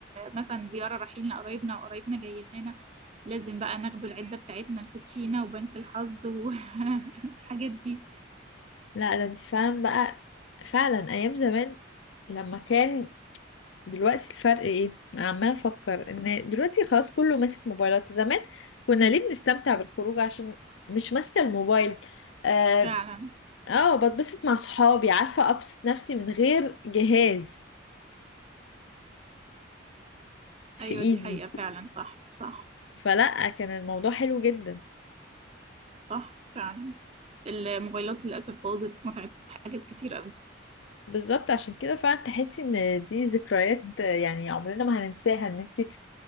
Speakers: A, on the right; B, on the left.
A: مثلا زيارة رايحين لقرايبنا وقرايبنا جايين لنا لازم بقى ناخدوا العدة بتاعتنا الكوتشينة وبنك الحظ والحاجات <laughs> دي
B: لا ده انت فاهم بقى فعلا ايام زمان لما كان دلوقتي الفرق ايه انا عمالة افكر ان دلوقتي خلاص كله ماسك موبايلات زمان كنا ليه بنستمتع بالخروج عشان مش ماسكة الموبايل آه
A: فعلا
B: اه بتبسط مع صحابي عارفة ابسط نفسي من غير جهاز في
A: أيوة
B: ايدي
A: دي حقيقة فعلا صح صح
B: فلا كان الموضوع حلو جدا
A: صح فعلا الموبايلات للأسف بوظت متعة حاجات كتير قوي
B: بالظبط عشان كده فعلا تحسي ان دي ذكريات يعني عمرنا ما هننساها ان انت